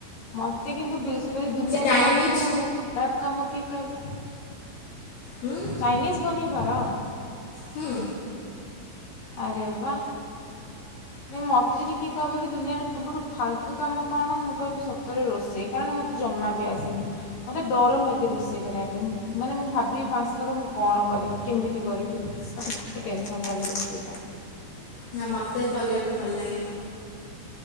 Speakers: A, on the left (about 45°); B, on the left (about 65°).
A: ମୋତେ କିନ୍ତୁ ବି ଦୁନିଆରେ
B: ଚାଇନିଜ୍
A: ସବୁଠୁ ଖରାପ କାମ କି କହିବୁ
B: ହୁଁ
A: ଚାଇନିଜ ବନେଇବାର।
B: ହୁଁ।
A: ଆରେ ବା। ନାଇଁ ମୋତେ ଯଦି କିଏ କହିବ କି ଦୁନିଆରେ ସୁଠୁ ଫାଲତୁ କାମ କଣ ମୁଁ କହିବି ସତରେ ରୋଷେଇ କାରଣ ମୋ ଜମା ବି ଆସିନି। ମୋତେ ଡର ଲାଗେ ରୋଷେଇ କରିବା ପାଇଁ ମାନେ ମୁଁ ଭାବିବି ପାଞ୍ଚ ଥର ମୁଁ କଣ କରିବି କେମିତି କରିବି। ମତେ ଭାରି ଟେନସନ୍ ଲାଗେ <unintelligible> ସେଇଟା।
B: ନା ମୋତେ କରିବାକୁ ଭଲ ଲାଗେ।